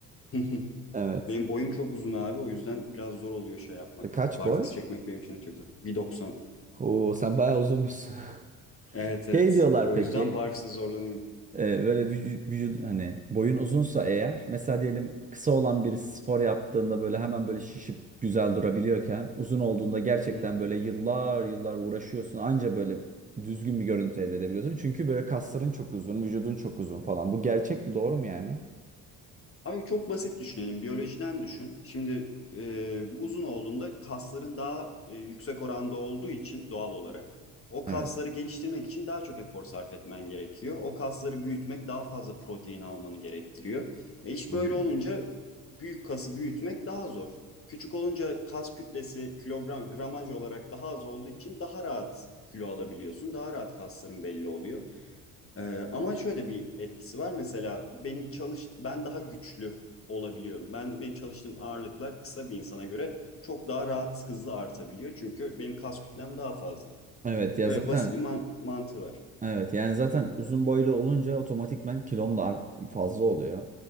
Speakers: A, on the left (about 30°); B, on the right (about 20°).
A: <laughs>
B: Evet.
A: Benim boyum çok uzun abi o yüzden biraz zor oluyor şey yapmak.
B: E, Kaç
A: Barfix
B: boy?
A: çekmek benim için de çok zor. Bir doksan.
B: Oo, sen bayağı uzunmuşsun. <laughs>
A: Evet evet.
B: Şey diyorlar
A: O
B: peki,
A: yüzden barfix'e zorlanıyorum.
B: e, böyle vücut, vücut hani boyun uzunsa eğer, mesela diyelim kısa olan birisi spor yaptığında böyle hemen böyle şişip güzel durabiliyorken, uzun olduğunda gerçekten
A: <laughs>
B: böyle yıllar yıllar uğraşıyorsun anca böyle düzgün bir görüntü elde edebiliyorsun. Çünkü böyle kasların çok uzun, vücudun çok uzun falan. Bu gerçek mi, doğru mu yani?
A: Abi çok basit düşünelim. Biyolojiden düşün. Şimdi e, uzun olduğunda kasların daha e, yüksek oranda olduğu için doğal olarak o kasları
B: Evet.
A: geliştirmek için daha çok efor sarf etmen gerekiyor. O kasları büyütmek daha fazla protein almanı gerektiriyor. E, iş
B: Hmm.
A: böyle olunca büyük kası büyütmek daha zor. Küçük olunca kas kütlesi kilogram gramaj olarak daha az olduğu için daha rahat kilo alabiliyorsun. Daha rahat kasların belli oluyor. Ee, ama şöyle bir etkisi var. Mesela benim çalış ben daha güçlü olabiliyorum. Ben benim çalıştığım ağırlıklar kısa bir insana göre çok daha rahat, hızlı artabiliyor. Çünkü benim kas kütlem daha fazla.
B: Evet ya
A: Böyle
B: zaten
A: basit bir man- mantığı var.
B: Evet yani zaten uzun boylu olunca otomatikman kilon da ar- fazla oluyor.